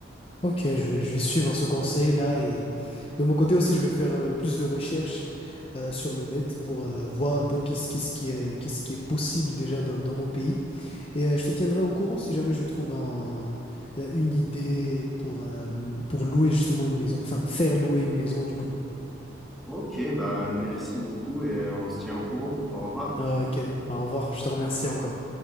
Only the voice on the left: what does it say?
Ok, je vais, je vais suivre ce conseil-là et de mon côté aussi, je vais faire euh, plus de recherches euh, sur le net pour euh, voir un peu qu'est-ce, qu'est-ce qui est, qu'est-ce qui est possible déjà dans, dans mon pays. Et euh, je te tiendrai au courant si jamais je trouve un, euh, une idée pour, euh, pour louer justement une maison, enfin faire louer une maison du coup.
Ah, ok, au revoir, je te remercie encore.